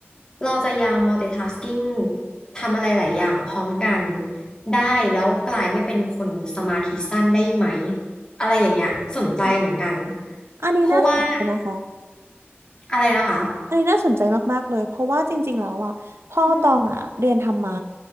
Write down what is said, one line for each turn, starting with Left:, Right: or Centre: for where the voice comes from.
Left: เราจะยัง multitasking ทำอะไรหลายอย่างพร้อมกันได้แล้วกลายไม่เป็นคนสมาธิสั้นได้ไหมอะไรอย่างเงี้ยสนใจเหมือนกัน
Right: อมอันนี้น่าสนใจนะคะ
Left: เพราะว่าอะไรนะคะ
Right: อันนี้น่าสนใจมากๆเลยเพราะว่าจริงๆ แล้วอ่ะพ่อตองอ่ะเรียนธรรมะ
Left: อืม